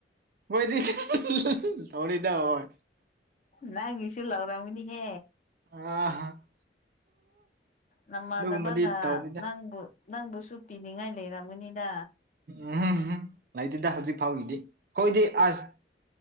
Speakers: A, on the right; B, on the left.
A: ꯃꫭꯏꯗꯤ <unintelligible>
B: ꯅꯪ ꯒꯤꯁꯨ ꯂꯥꯎꯔꯝꯃꯒꯅꯤꯍꯦ
A: ꯑꯥ
B: ꯅꯃꯥꯟꯅꯕꯅ
A: ꯑꯗꯨꯒꯨꯝꯕꯗꯤ ꯇꯧꯗꯦꯗ
B: ꯅꯪꯕꯨ ꯅꯪꯕꯨꯁꯨ ꯄꯤꯅꯤꯡꯉꯥꯏ ꯂꯩꯔꯝꯒꯅꯤꯗ
A: ꯎꯝ ꯂꯩꯇꯦꯗ ꯍꯧꯖꯤꯛ ꯐꯥꯎꯒꯤꯗꯤ ꯑꯩꯈꯣꯏꯗꯤ ꯑꯁ